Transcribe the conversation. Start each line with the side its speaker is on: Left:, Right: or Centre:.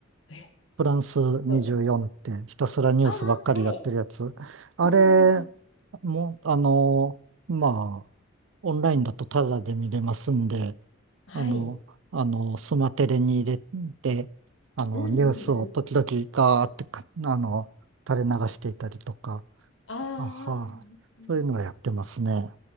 Left: え、
Right: フランス24ってひたすらニュースばっかりやってるやつ。
Left: 取る。ああ、はい。
Right: あれ
Left: うん、うん、うん。
Right: も、あの、まあ、オンラインだとタダで見れますんで、
Left: はい。
Right: あの、あの、スマテレに入れて、あの、
Left: うんうんうん。
Right: ニュースを時々ガーってか、あの、垂れ流していたりとか、
Left: ああ、
Right: あは、
Left: うんうん
Right: そういうのはやってますね。